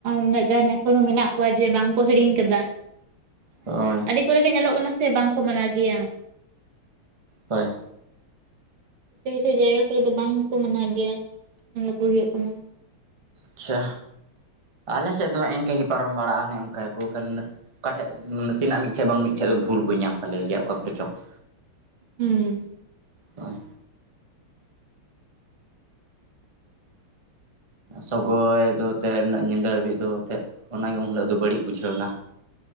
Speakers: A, on the right; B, on the right.
A: ᱩᱱᱟᱹᱜ ᱜᱟᱱ ᱮᱠᱷᱳᱚᱱᱳ ᱢᱮᱱᱟᱜ ᱠᱚᱣᱟ ᱠᱚᱣᱟ ᱡᱮ ᱵᱟᱝ ᱠᱚ ᱦᱤᱲᱤᱧ ᱠᱟᱫᱟ
B: ᱦᱳᱭ
A: ᱟᱹᱰᱤ ᱠᱚᱨᱮ ᱜᱮ ᱧᱮᱞᱚᱜ ᱠᱟᱱᱟ ᱥᱮ ᱵᱟᱝ ᱠᱚ ᱢᱟᱱᱟᱣ ᱜᱮᱭᱟ
B: ᱦᱳᱭ
A: ᱠᱟᱹᱭ ᱠᱟᱹᱭ ᱡᱟᱭᱜᱟ ᱠᱚᱨᱮ ᱫᱚ ᱵᱟᱝᱠᱚ ᱢᱟᱱᱟᱣ ᱜᱮᱭᱟ ᱚᱱᱟ ᱠᱚ ᱦᱩᱭᱩᱜ ᱠᱟᱱᱟ
B: ᱟᱪᱪᱷᱟ ᱟᱞᱮ ᱥᱮᱫ ᱫᱚ ᱦᱟᱸᱜ ᱤᱱᱠᱟᱹ ᱜᱮ ᱯᱟᱨᱚᱢ ᱵᱟᱲᱟᱜᱼᱟ ᱚᱱᱮ ᱚᱱᱠᱟᱭᱟ ᱠᱚ ᱠᱷᱟᱱ ᱚᱠᱟᱴᱷᱮᱡ ᱱᱟᱥᱮᱱᱟᱜ ᱢᱤᱫᱴᱷᱮᱱ ᱵᱟᱝ ᱢᱤᱫᱴᱷᱮᱱ ᱫᱚ ᱵᱷᱩᱞ ᱠᱚ ᱧᱟᱢ ᱛᱟᱞᱮ ᱜᱮᱭᱟ ᱚᱠᱟ ᱠᱚᱨᱮ ᱪᱚᱝ ᱾
A: ᱦᱩᱸ
B: ᱦᱩᱸ ᱥᱚᱜᱚᱭ ᱫᱚ ᱛᱮᱱ ᱤᱱᱟᱹ ᱧᱤᱸᱫᱟᱹ ᱦᱟᱹᱵᱤᱡ ᱫᱚ ᱛᱮᱫ ᱚᱱᱟᱜᱮ ᱩᱱᱦᱤᱞᱟᱹᱜ ᱫᱚ ᱵᱟᱹᱲᱤᱡ ᱵᱩᱡᱷᱟᱹᱣ ᱱᱟ᱾